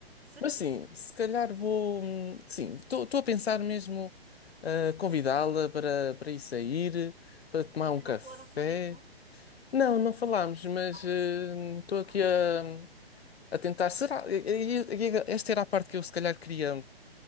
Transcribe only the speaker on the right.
Certíssimo.
Ainda
não falaram sobre isso?
Ok,
ok,
ok.